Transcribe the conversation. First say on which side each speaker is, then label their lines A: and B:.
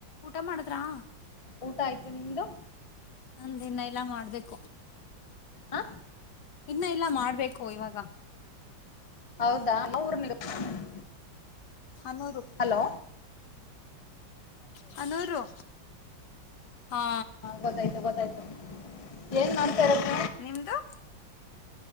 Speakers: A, on the left (about 65°); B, on the left (about 35°).
A: ಊಟ ಮಾಡುದ್ರಾ
B: ಊಟ ಆಯ್ತು ನಿಮ್ದು
A: ನಂದ ಇನ್ನ ಎಲ್ಲಾ ಮಾಡ್ಬೇಕು
B: ಹ
A: ಇನ್ನ ಎಲ್ಲಾ ಮಾಡ್ಬೇಕು ಇವಾಗ
B: ಹೌದಾ ಅಮ್ಮ ಊರ್ ಮ <unintelligible>
A: ಹನೂರು
B: ಹಲೋ
A: ಹನೂರು ಹಾ
B: ಗೊತ್ತಾಯ್ತು ಸರಿ ಏನ್ ನತಾರಪ್ಪ
A: ನಿಮ್ದು